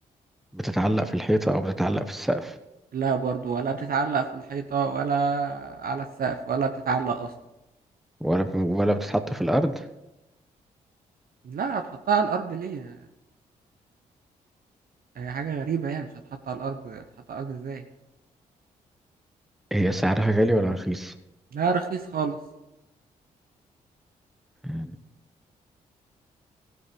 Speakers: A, in the centre; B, on the right (about 60°).
A: بتتعلق في الحيطة أو بتتعلق في السقف
B: لا برضه ولا بتتعلق في الحيطة ولا على السقف ولا بتتعلق اصلا
A: ولا ولا بتتحط في الأرض
B: لا هتحطها على الارض ليه هي حاجة غريبة يعني مش هتحط على الارض هتحط على الارض ازاي
A: هي سعرها غالي ولا رخيص؟
B: لا رخيص خالص
A: مم.